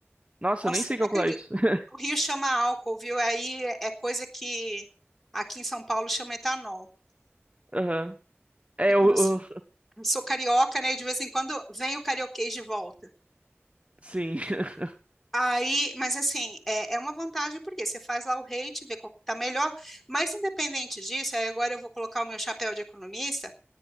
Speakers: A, on the right; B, in the centre.
A: Nossa,
B: Nossa,
A: eu nem sei
B: eu
A: calcular
B: não acredito.
A: isso. <laughs>
B: O Rio chama álcool, viu? Aí é é coisa que aqui em São Paulo chama etanol.
A: Aham. É
B: E como
A: o,
B: eu sou
A: o-
B: sou carioca, né? De vez em quando vem o carioquês de volta.
A: sim. <laughs>
B: Aí, mas assim, é, é uma vantagem porque você faz lá o rate, vê qual que tá melhor. Mas independente disso, aí agora eu vou colocar o meu chapéu de economista.